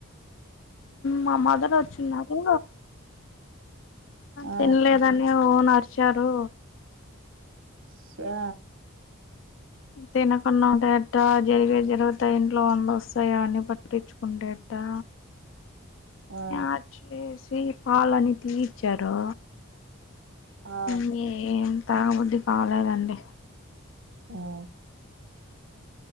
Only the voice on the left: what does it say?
మా మదర్ వచ్చిన్నారు
తిన్లేదు ద్దనే ఓన్ అరిచారు
తినకుంన్నా ఉంటె ఎట్టా. జరిగే జరుగుతాయి. ఇంట్లో వంద వస్తాయి, అన్ని పట్టించుకుంటె ఎట్టా.
ఆయా చేసి పాలని తీయిచ్చారా.
ఇంగేమ్ తాగబుద్ధి కాలేదు అండి.